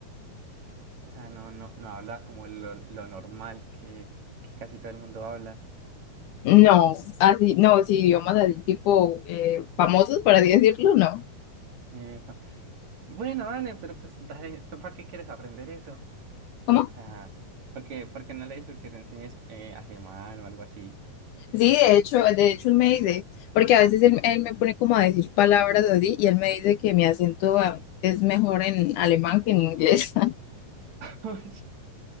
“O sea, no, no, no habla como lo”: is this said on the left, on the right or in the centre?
Right